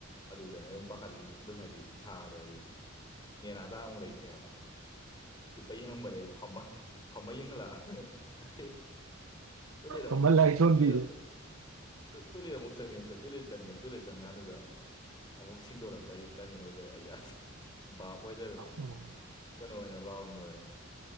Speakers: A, on the left; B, on the right.
A: ꯑꯗꯨꯗꯅꯦ ꯑꯗꯨꯝ ꯄꯥꯈꯠꯂꯤ ꯑꯗꯨꯝ ꯍꯥꯏꯗꯤ ꯏꯁꯥꯗ ꯍꯥꯏꯗꯤ ꯅꯦꯅꯥꯗ ꯑꯃꯨꯛ ꯂꯩꯇ꯭ꯔꯦꯕ ꯍꯤꯞꯄ ꯌꯦꯡꯉꯝꯕꯗ ꯑꯩ ꯐꯝꯃ ꯐꯝꯃ ꯌꯦꯡꯍꯜꯂ ꯑꯗꯩ ꯇꯂꯗꯃꯣ
B: ꯑꯃ ꯂꯥꯏꯁꯣꯟꯕꯤꯗꯣ
A: ꯇꯂꯗ ꯇꯨꯂꯦꯠꯨꯛꯪꯉꯦꯛꯇ ꯇꯨꯂꯦꯠ ꯆꯪꯉꯦ ꯇꯨꯂꯦꯠ ꯆꯪ ꯀꯥꯟꯗꯨꯗ ꯑꯃꯨꯛ ꯁꯤꯡꯗꯣꯔꯛꯄ ꯑꯩ ꯇꯥꯏꯃꯤꯡ ꯑꯣꯏꯕ ꯑꯩ ꯑꯁ ꯚꯥꯞ ꯑꯣꯏꯗꯗꯅ
B: ꯑꯣ
A: ꯀꯩꯅꯣ ꯑꯣꯏꯅ ꯂꯥꯎꯔꯝꯗꯣꯔꯦ